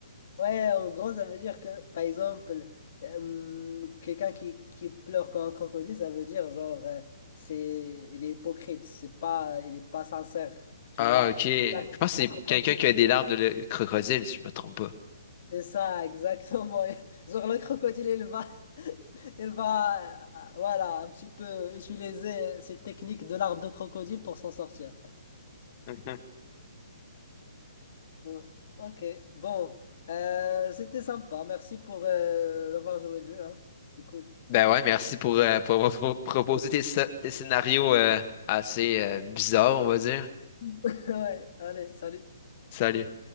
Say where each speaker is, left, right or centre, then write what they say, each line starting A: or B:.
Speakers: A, on the left; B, on the left.
A: Ouais, en gros, ça veut dire que, par exemple, euh, quelqu'un qui, qui pleure comme un crocodile, ça veut dire, genre, euh, c'est, il est hypocrite, c'est pas, il est pas sincère, tu
B: Ah,
A: vois.
B: ok. Je pense que
A: Un
B: c'est
A: crocodile.
B: quelqu'un qui a des larmes de le- crocodile, si je me trompe pas.
A: C'est ça, exactement. <laughs> Genre le crocodile, il va, <laughs> il va, euh, voilà, un petit peu utiliser cette technique de l'arbre de crocodile pour s'en sortir.
B: Mhm.
A: Mm. Ok, bon, Euh, c'était sympa. Merci pour euh, d'avoir joué le jeu, hein. C'était cool.
B: Ben ouais, merci pour, euh, pour avoir pro- proposé tes, sc- tes scénarios euh, assez euh, bizarres, on va dire.
A: <laughs> Ouais, allez, salut.
B: Salut.